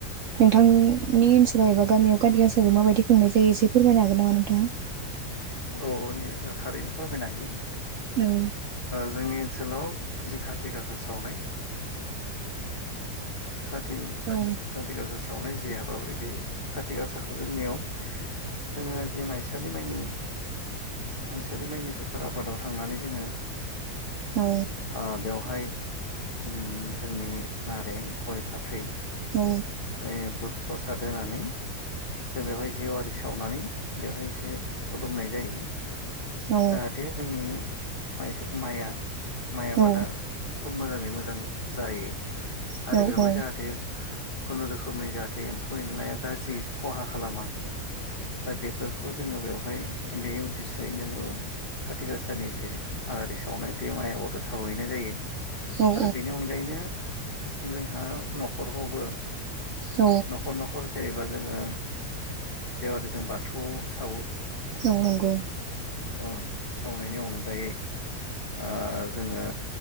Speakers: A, on the right; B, on the left.
A: नोंथां नि ओनसोलाव एबा गामियाव काटि गासाखौ माबायदि खुंनाय जायो एसे फोरमायनो हागोन नामा नोंथांङा?
B: औ नै ओ थारैनो फोरमायनो हायो ।
A: औ
B: जोंनि ओनसोलाव जि खाति गासा सावनाय खाति-खाति
A: औ
B: गासा सा सावनाय जि हाबाफारि बे खाथि गासाखौ जोंनियाव जोङो जे माइ सालिमाइनि मायसालि माइनि फोथाराव आबादाव थांनानै जोङो
A: औ
B: ओ बेवहाय उम जोंनि नारें, गय, फाथै ऐ
A: औ
B: बुद प्रसाद होनानै जों बेवहाय जेवआरि सावनानै बेवहाय एसे खु खुुलुमनाय जायो। जाहाथे
A: औ
B: जोंनि माइसा माया माइ आबादा
A: औ
B: खोब मोजाङै मोजां जायो
A: औ
B: आरो बेवहाय
A: औ
B: जाहाथे खुनुरुखुमनि जाहाथे एम्फौ एनलाया गाज्रि खहा खालामा। दा बेफोरखौ जोङो बेवहाय बे उद्देश्यै जोङो खाथिक आसानि जे आलारि सावनाय बे माइ आबादाव सावहैनाय जायो
A: औ
B: आरो बेनि अनगायैनो जों हा न'खरखौबो
A: औ
B: न'खर न'खरसे बा जोङो जेवारि जों बाथौ सावो।
A: औ नंगौ
B: अ' सावनायनि अनगायै ओ जोङो